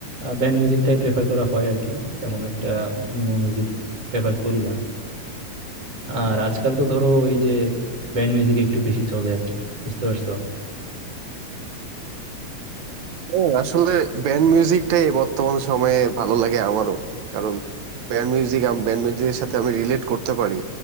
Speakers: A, on the right; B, on the right.
A: ব্যান্ড মিউজিকটাই প্রেফার করা হয় আর কি তেমন একটা অন্য মিউজিক প্রেফার করি না আর আজকাল তো ধরো ওই যে ব্যান্ড মিউজিক একটু বেশি চলে আর কি বুঝতে পারছো
B: হ্যাঁ আসলে ব্যান্ড মিউজিকটাই বর্তমান সময়ে ভালো লাগে আমারও কারণ ব্যান্ড মিউজিক আমি ব্যান্ড মিউজিকের সাথে আমি রিলেট করতে পারি